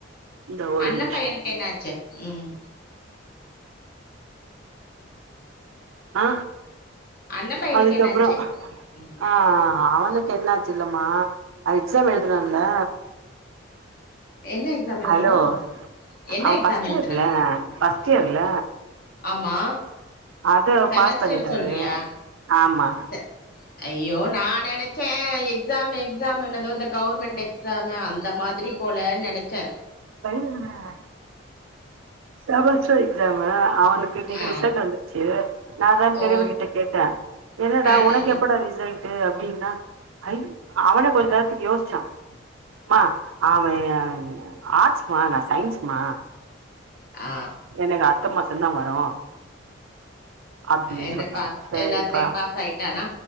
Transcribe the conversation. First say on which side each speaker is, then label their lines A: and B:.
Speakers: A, on the right; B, on the left.
A: இந்தா ஒரு
B: அண்ண
A: நிமிஷோ
B: பையனுக்கு என்ன ஆச்சி ம்
A: ஆ
B: அண்ண பையனுக்கு
A: அதுக்கப்றோ
B: என்னாச்சு ம்
A: ஆ ஆ அவனுக்கு என்ன ஆச்சி இல்லமா அவ எக்ஸாம் எழுதுனால
B: என்ன எக்ஸாம் எழுதுனா
A: ஹலோ
B: என்ன
A: அவ
B: எக்ஸாம்
A: ஃபஸ்ட்
B: எழுதுனா
A: இயர்ல ஃபஸ்ட் இயர்ல
B: ஆமா
A: அத
B: செமஸ்டர்
A: பாஸ் பண்ணிட்டாரு
B: சொல்றியா
A: ஆமா
B: செ- ஐயோ நா நெனைச்சே எக்ஸாம் எக்ஸாம் இன்னது இந்த கவுர்மெண்ட் எக்ஸாமு அந்த மாதிரி போலன் நெனைச்சே
A: ஃபெயில் இல்ல அ செமஸ்டர் எக்ஸாமு அவனுக்கு இன்னைக்கு
B: ஆ
A: ரிசல்ட் வந்துதிருக் சேர் நா தா
B: ஓ
A: பெருவ கிட்ட கேட்டே என்னடா
B: ஆ
A: உனக்கு
B: ஆ
A: எப்படா ரிசல் ட்டு அப்டின்னா ஐ அவனே கொஞ்ச நேரத்துக்கு யோசிச்சா மா அவே அ ஆர்ட்ஸ்மா நா சயின்ஸ்மா
B: ஆ
A: எனக் அடுத்த மாசோ தா வரு அப்டின்னு
B: என்னப்பா
A: சொன்னா சரிப்பா
B: எல்லாத்துலையு பாஸ் ஆயிட்டானா